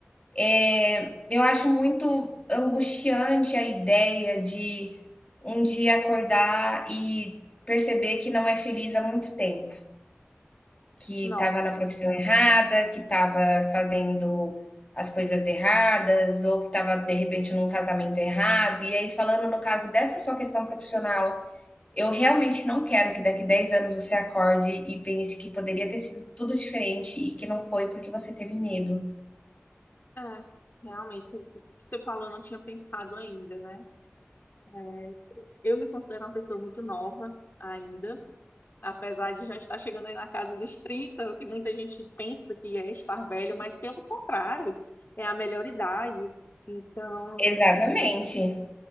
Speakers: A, on the left; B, on the left.
A: É, eu acho muito angustiante a ideia de um dia acordar e perceber que não é feliz há muito tempo, que
B: nossa.
A: estava na profissão errada, que estava fazendo as coisas erradas, ou que estava de repente num casamento errado. E aí, falando no caso dessa sua questão profissional, eu realmente não quero que daqui 10 anos você acorde e pense que poderia ter sido tudo diferente e que não foi porque você teve medo.
B: É, realmente, isso que você falou, eu não tinha pensado ainda, né? É, eu me considero uma pessoa muito nova ainda, apesar de já estar chegando aí na casa dos trinta o que muita gente pensa que é estar velho, mas pelo contrário, é a melhor idade. Então,
A: Exatamente.